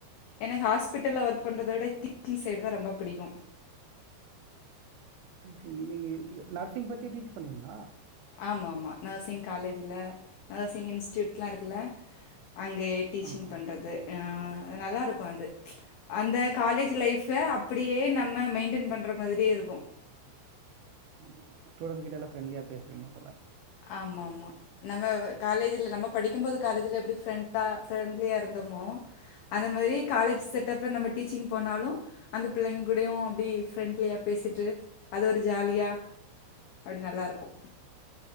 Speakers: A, on the left; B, on the right.
A: எனக் ஹாஸ்பிட்டல்ல ஒர்க் பண்றத விட டீச்சிங் சைடு தா ரொம்ப பிடிக்கு
B: <unintelligible> நர்சிங் பத்தி டீச் பண்ணுவீங்ளா
A: ஆமாமா நேர்சிங் காலேஜ்ல, நேர்சிங் இன்ஸ்ட்யூட்லா இருக்குல அங்கே டீச்சிங்
B: ஆ
A: பண்றது அ நல்லாருக்கு அது ச்ச் அந்த காலேஜ் லைஃபே அப்புடியே நம்ம மெயின்டென் பண்ற மாதிரியே இருக்கு
B: ஆமா ஸ்டூடண்ட் கிட்டல்லா ஃப்ரெண்ட்லியா பேசுவீங்க போல
A: ஆமாமா நம்ம காலேஜ்ல நம்ம படிக்கும் போது காலேஜ்ல எப்டி ஃப்ரெண்டா ஃப்ரெண்ட்லியாருந்தோமோ அந்த மாரி காலேஜ் செட்டப்ல நம்ம டீச்சிங் போனாலு அந்த பிள்ளைங் கூடயு அப்டி ஃப்ரெண்ட்லியா பேசிட்டு அது ஒரு ஜாலியா அப்டி நல்லாருக்கு